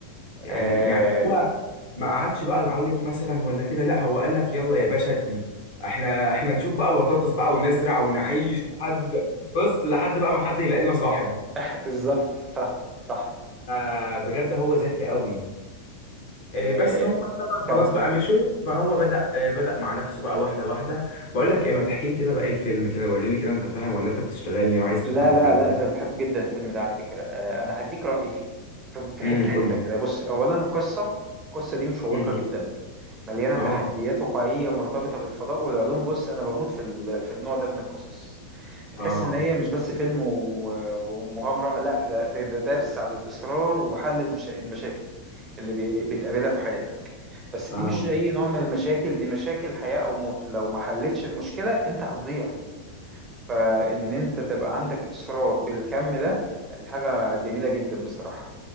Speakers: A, on the left (about 50°); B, on the right (about 20°).
A: يعني
B: إيه
A: يعني هو ما قعدش بقى يعيط مثلا ولا كده لا هو قال لك يلا يا باشا ادي احنا احنا نشوف بقى بطاطس بقى ونزرع ونعيش لحد بص لحد بقى ما حد يلاقي لنا صاحب
B: <laughs> بالظبط صح صح
A: فبجد هو ذكي قوي آه،
B: إيه
A: بس هم طبعا
B: كمل
A: خلاص بقى مشوا فهو بدأ آه، بدأ مع نفسه بقى واحدة واحدة بقول لك ايه ما تحكي لي كده باقي الفيلم كده وريني كده انت فاهم ولا انت بتشتغلني وعايز
B: لا
A: تفهم الفيلم
B: لا لا ده بحبه جدا الفيلم ده على فكرة آه، أنا هديك رأيي فيه في في
A: امم
B: حتة حتة
A: قول لي
B: كده بص أولا القصة القصة دي مشوقة
A: امم
B: جدا مليانة
A: اه
B: تحديات واقعية مرتبطة بالفضاء والعلوم بص أنا بموت في ال- في النوع ده من القصص تحس
A: اه
B: إن هي مش بس فيلم و- ومغامرة لا لا ده, ده درس على الإصرار وحل المشا- المشاكل اللي بي- بتقابلها في حياتك بس
A: اه
B: دي مش أي نوع من المشاكل دي مشاكل حياة أو موت لو ما حلتش المشكلة أنت هتضيع فإن أنت تبقى عندك إصرار بالكم ده دي حاجة جميلة جدا بصراحة